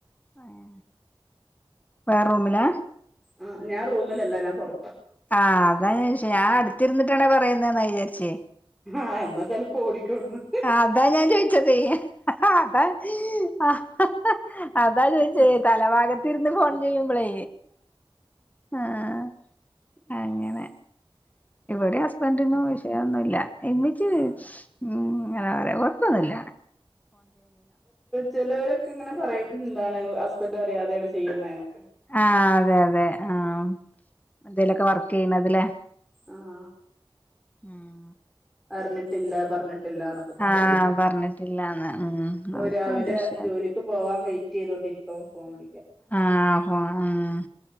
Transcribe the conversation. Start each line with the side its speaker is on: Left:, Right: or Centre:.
Left: ആഹ് വേറ റൂമിലാ
Centre: ആഹ് ഞാ റൂമിലല്ല ഞാൻ പൊറത്താ
Left: ആഹ് അതാ ഞാൻ ചോച്ചെ അടുത്തിരുന്നിട്ടാണ് പറയുന്നെന്ന് വിചാരിച്ചേ
Centre: ആഹ് എന്നാ ചെലപ്പോ ഓടിക്കോട്ന്ന്
Left: ആഹ് അതാ ഞാൻ ചോയിച്ചത് ഹാ അതാ <unintelligible> അതാ ചോയിച്ചേ അതാ തല ഭാഗത്തിരുന്ന് ഫോണ് ചെയ്യുമ്പളേ ആഹ്
Centre: <inaudible>
Left: അങ്ങനെ ഇവിടെ ഹസ്ബന്റിനു വിഷയോന്നുല്ല എന്നിച്ച്
Centre: ആഹ്
Left: ഉം അങ്ങനെ കൊഴപ്പൊന്നില്ല
Centre: ചെലവരൊക്കെ ഇങ്ങനെ പറയും എന്താണ് ഹസ്ബന്റ് അറിയാതെയാണ് ചെയ്യുന്നേന്ന്
Left: ആഹ് അതെ അതെ ആഹ് എന്തേലൊക്കെ വർക്ക് ചെയ്യണതിലേ
Centre: ആഹ്
Left: ആഹ്
Centre: അറിഞ്ഞിട്ടില്ല പറഞ്ഞിട്ടില്ലാന്നൊക്കെ പറയും
Left: ആഹ് പറഞ്ഞിട്ടില്ലാന്ന് ഉം നമുക്ക്
Centre: രാവിലെ
Left: അങ്ങനത്തെ വിഷയം
Centre: ജോലി ക്ക് പോവാൻ വെയിറ്റ് ചെയ്തൊണ്ടിരിക്കും ഫോൺ വിളിക്കാൻ
Left: ആഹ് ഹോ ആഹ്